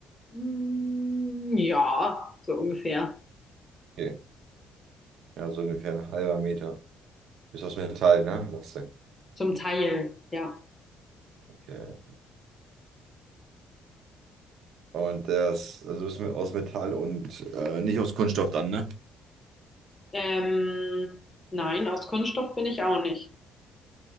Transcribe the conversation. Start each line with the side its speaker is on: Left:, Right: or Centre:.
Left: Mm, ja, so ungefähr.
Right: Okay. Ja, so ungefähr ein halber Meter. Bist aus Metall, ne? Sagst du.
Left: Zum Teil, ja.
Right: Okay. Und das, also bist du aus Metall und äh, nicht aus Kunststoff dann, ne?
Left: Ähm, nein, aus Kunststoff bin ich auch nicht.